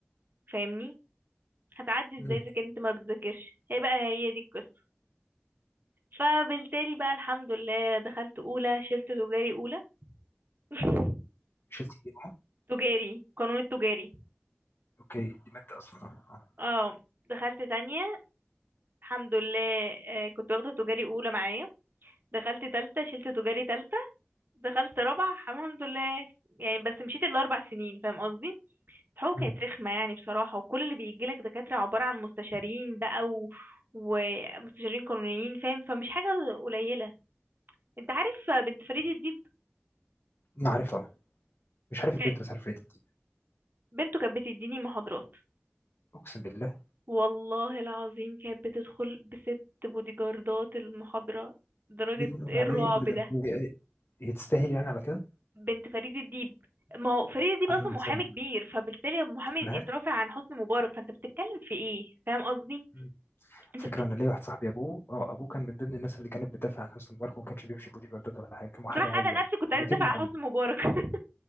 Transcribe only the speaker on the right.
فاهمني هتعدي
ازاي اذا كنت ما بتذاكرش هي بقى هي دي القصه فبالتالي بقى الحمد لله دخلت اولى شلت تجاري اولى <laughs>
تجاري قانون التجاري
اه دخلت تانية الحمد لله آه، كنت واخدة تجاري أولى معايا دخلت تالتة شلت تجاري تالتة دخلت رابعة الحمد لله يعني بس مشيت الأربع سنين فاهم قصدي الحقوق
كانت رخمة يعني بصراحة وكل اللي بيجيلك دكاترة عبارة عن مستشارين بقى و... ومستشارين قانونيين فاهم فمش حاجة قليلة انت عارف بنت فريد الديب
ك-
بنته كانت بتديني محاضرات
والله العظيم كانت بتدخل بست بودي جاردات المحاضرة درجة
ايه
الرعب
ده
بنت فريد الديب ما هو فريد الديب
اصلا محامي
كبير فبالتالي محامي
اترافع عن حسني مبارك فانت بتتكلم في ايه فاهم قصدي
انت
بت...
بصراحة
انا
نفسي كنت
عايزة
ادافع
عن حسني مبارك <laughs>